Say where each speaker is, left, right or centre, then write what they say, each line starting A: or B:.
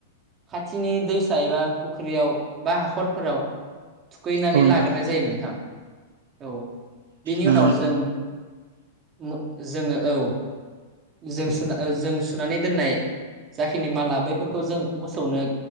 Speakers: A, on the right (about 30°); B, on the right (about 65°).
A: खाथिनि दैसा एबा फुख्रियाव बा हाखरफोराव थुखैनानै
B: औ नोंथां
A: लाग्रोनाय जायो नोंथां औ बेनि
B: नंगौ
A: उनाव जों मो जोङो औ जों सुना जों सुनानै दोननाय जाखिनि माला बैफोरखौ जों मोसौनो